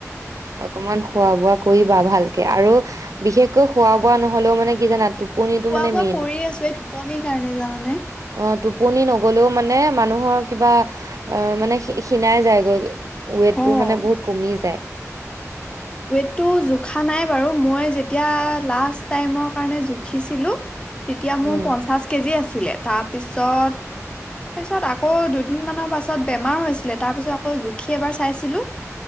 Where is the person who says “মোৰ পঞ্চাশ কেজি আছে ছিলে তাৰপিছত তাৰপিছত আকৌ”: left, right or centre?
Left